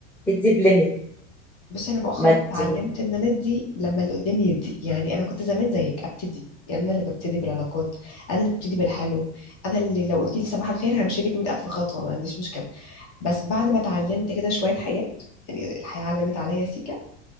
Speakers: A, in the centre; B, on the left.
A: تدي بليميت
B: بس انا مؤخرا
A: ما ت...
B: اتعلمت ان انا ادي لما اللي قدامي يدي يعني انا كنت زمان زيك ابتدي يعني انا اللي ببتدي بالعلاقات انا اللي ببتدي بالحلو انا اللي لو قلت لي صباح الخير همشي لك 100000 خطوة ما عنديش مشكلة بس بعد ما اتعلمت كده شوية حاجات يعني الحياة علمت عليا سيكا